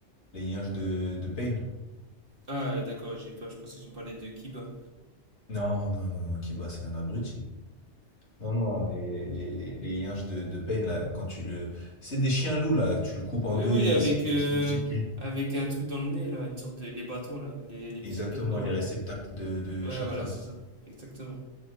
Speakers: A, on the left; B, on the right.
A: Les Yinches de, de Pain.
B: Ah, d'accord, j'ai peur, je pensais que tu me parlais de Kiba.
A: Non, non, non, non, Kiba, c'est un abruti. Non, non, les, les, les, les yinches de, de Pain, là, quand tu le... C'est des chiens loups, là, tu le coupes en
B: Oui,
A: deux,
B: oui,
A: ils
B: avec,
A: se, ils
B: euh,
A: se multiplient.
B: avec un truc dans le nez, là, une sorte de... Les bâtons, là, les, les petits
A: Exactement,
B: pics noirs,
A: les
B: là.
A: réceptacles de, de
B: Ouais,
A: chakras.
B: voilà, c'est ça, exactement.